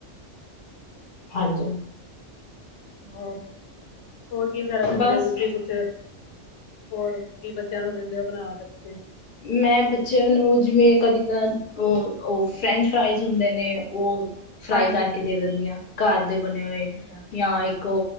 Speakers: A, on the left; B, on the left.
A: ਹਾਂਜੀ
B: ਹੋਰ, ਹੋਰ ਕਿ ਵਗੈਰਾ ਦਿੰਦੇ
A: ਬਸ
B: ਤੁਸੀਂ ਕੁਛ ਹੋਰ ਕੀ ਬੱਚਿਆਂ ਨੂੰ ਦਿੰਦੇਂ ਬਣਾ ਕੇ ਤੁਸੀਂ?
A: ਮੈਂ ਬੱਚਿਆਂ ਨੂੰ ਜਿਵੇਂ ਕਦੀ ਕ ਉਹ ਉਹ ਫਰੈਂਚ ਫਰਾਈਜ਼ ਹੁੰਦੇ ਨੇ ਉਹ ਫਰਾਈ
B: ਹਾਂਜੀ,
A: ਕਰਕੇ ਦੇ ਦਿੰਦੀ ਆ, ਘਰ ਦੇ ਬਣੇ ਹੋਏ
B: ਅੱਛਾ
A: ਜਾਂ ਇੱਕ ਕੋ